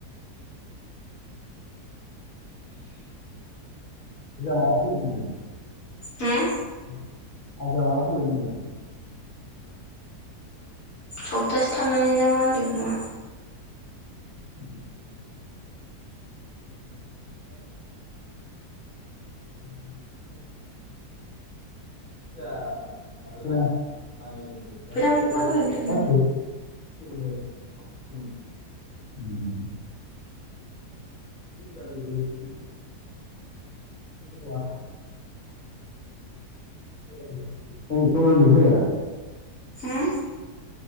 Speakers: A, on the left (about 30°); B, on the left (about 60°).
A: <unintelligible> आजाया
B: होम
A: माला फैगोन होनदों?
B: सप्तासे थानानै ना मा होनदों होमा।
A: <unintelligible> <unintelligible> <unintelligible> <unintelligible>
B: फैलांबा फैगोन होनदोंमोनलै
A: <unintelligible> <unintelligible> <unintelligible> <unintelligible> <unintelligible>
B: उम